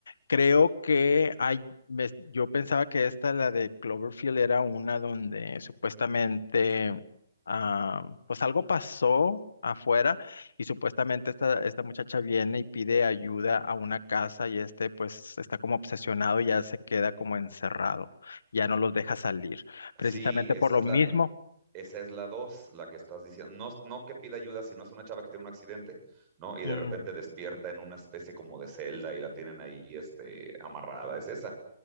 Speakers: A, on the left; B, on the right.
A: Creo que hay, me- yo pensaba que esta, la de Cloverfield, era una donde supuestamente, ah, pues algo pasó afuera y supuestamente esta, esta muchacha viene y pide ayuda a una casa y este pues está como obsesionado y ya se queda como encerrado, ya no los deja salir, precisamente
B: Sí, esa
A: por lo
B: es
A: mismo.
B: la, Esa es la dos, la que estás diciendo. No, no que pida ayuda, sino es una chava que tiene un accidente, ¿no? Y
A: Mm,
B: de repente despierta en una especie como de celda y la tienen ahí, este, amarrada. Es esa.